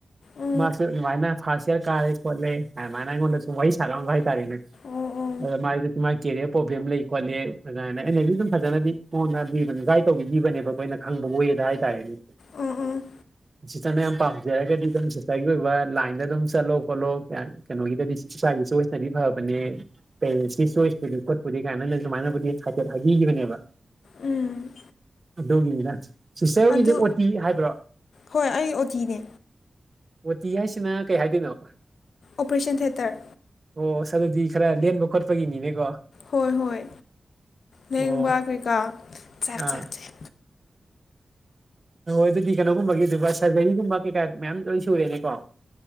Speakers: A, on the left; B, on the right.
A: ꯑꯣ
B: ꯃꯥꯥꯁꯨ ꯑꯗꯨꯃꯥꯏꯅ ꯐꯥꯥꯔꯁ ꯌꯤꯌꯔ ꯀꯥꯔꯦ ꯈꯣꯠꯂꯦ ꯍꯥꯏ ꯑꯃꯥꯏ ꯑꯩꯉꯣꯟꯗꯁꯨ ꯋꯥꯔꯤ ꯁꯥꯔꯛꯑꯝꯕ ꯍꯥꯏ ꯇꯥꯔꯦꯅꯦ
A: ꯑꯣ ꯑꯣ
B: ꯑꯗꯣ ꯃꯥꯏꯁꯨ ꯃꯥꯒꯤ ꯀꯦꯔꯤꯌꯔ ꯄ꯭ꯔꯣꯕ꯭ꯂꯦꯝ ꯂꯩ ꯈꯣꯠꯂꯤ ꯑꯗꯨꯃꯥꯏꯅ ꯑꯩꯅꯁꯨ ꯑꯗꯨꯝ ꯐꯖꯅꯗꯤ ꯃꯥꯉꯣꯟꯗ ꯐꯖꯅ ꯒꯥꯏꯗ ꯇꯧꯕꯤꯒꯤꯅꯦꯕ ꯑꯩꯈꯣꯏꯅ ꯈꯪꯕ ꯋꯦꯗ ꯍꯥꯏꯇꯥꯔꯦꯅꯦ
A: ꯑꯣ ꯑꯣ
B: ꯁꯤꯁꯇꯔꯅ ꯌꯥꯝ ꯄꯥꯝꯖꯔꯒꯗꯤ ꯑꯗꯨꯝ ꯁꯤꯁꯇꯔꯒꯤ ꯑꯣꯏꯕ ꯂꯥꯏꯟꯗ ꯑꯗꯨꯝ ꯆꯠꯂꯣ ꯈꯣꯠꯂꯣ ꯀꯥꯏꯅ ꯀꯩꯅꯣꯒꯤꯗꯗꯤ ꯏꯁꯥꯒꯤ ꯆꯣꯏꯁꯅꯗꯤ ꯐꯕꯅꯦ ꯄꯦꯔꯦꯟꯁꯀꯤ ꯆꯣꯏꯁꯄꯨꯗꯤ ꯈꯣꯠꯄꯨꯗꯤ ꯀꯥꯏꯅ ꯁꯨꯃꯥꯏꯅꯕꯨꯗꯤ ꯍꯥꯏꯐꯦꯠ ꯍꯥꯏꯕꯤꯈꯤꯕꯅꯦꯕ
A: ꯎꯝ
B: ꯑꯗꯨꯒꯤꯅꯤꯗ ꯁꯤꯁꯇꯔ ꯍꯣꯏꯒꯤꯁꯦ
A: ꯑꯗꯨ
B: ꯑꯣꯇꯤ ꯍꯥꯏꯕ꯭ꯔꯣ
A: ꯍꯣꯏ ꯑꯩ ꯑꯣꯇꯤꯅꯦ
B: ꯑꯣꯇꯤ ꯍꯥꯏꯁꯤꯅ ꯀꯩ ꯍꯥꯏꯗꯣꯏꯅꯣ
A: ꯑꯣꯄ꯭ꯔꯦꯁꯟ ꯊꯤꯌꯦꯇꯔ
B: ꯑꯣ ꯑꯁ ꯑꯗꯨꯗꯤ ꯈꯔ ꯂꯦꯟꯕ ꯈꯣꯠꯄꯒꯤꯅꯤꯅꯦꯀꯣ
A: ꯍꯣꯏ ꯍꯣꯏ
B: ꯑꯣ
A: ꯂꯦꯡꯕ ꯀꯩꯀꯥ ꯆꯥꯛ
B: ꯑꯥ
A: ꯆꯥꯛ ꯆꯩ
B: ꯍꯣꯏ ꯑꯗꯨꯗꯤ ꯀꯩꯅꯣꯒꯨꯝꯕꯒꯤꯗꯨꯕ ꯁꯔꯖꯔꯤꯒꯨꯝꯕ ꯀꯩꯀꯥ ꯃꯌꯥꯝ ꯂꯣꯏ ꯁꯨꯔꯦꯅꯦꯀꯣ